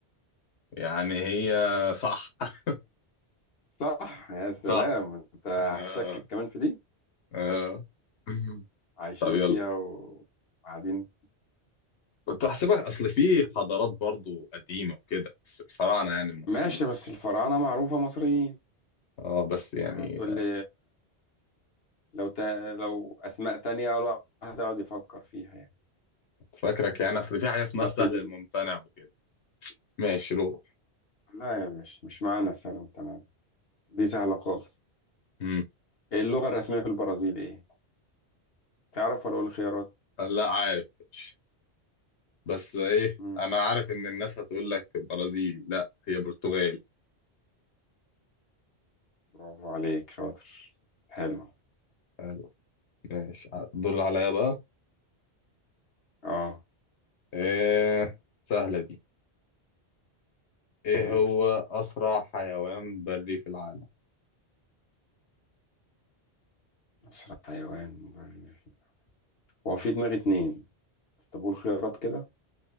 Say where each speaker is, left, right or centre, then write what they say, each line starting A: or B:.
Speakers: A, on the left (about 80°); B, on the left (about 60°).
A: يعني هي صح <laughs>
B: صح يا سلام
A: صح
B: انت هتشكك
A: آه.
B: كمان في دي
A: آه. <laughs>
B: عايشين
A: طب يلا
B: فيها وقاعدين
A: كنت هحسبها اصل في حضارات برضو قديمة وكده بس الفراعنة يعني المصريين
B: ماشي بس الفراعنة معروفة مصريين
A: اه بس يعني
B: هتقول لي لو تا... لو اسماء تانية الواحد هتقعد يفكر فيها يعني
A: فاكرك يعني اصل في حاجه اسمها
B: طب
A: السهل
B: ال...
A: الممتنع وكده ماشي روح
B: لا يا مش مش معانا السهل المتناهي ده. دي سهلة خالص
A: امم
B: اللغة الرسمية في البرازيل ايه تعرف ولا اقول خيارات
A: لا عارف ماشي. بس ايه
B: مم.
A: انا عارف ان الناس هتقول لك برازيلي لا هي برتغالي
B: برافو عليك شاطر حلو
A: حلو ماشي الدور اللي عليا بقى
B: اه
A: ايه سهله دي ايه
B: قول
A: هو اسرع حيوان بري في العالم
B: اسرع حيوان مبرر. هو في دماغي اتنين طب قول خيارات كده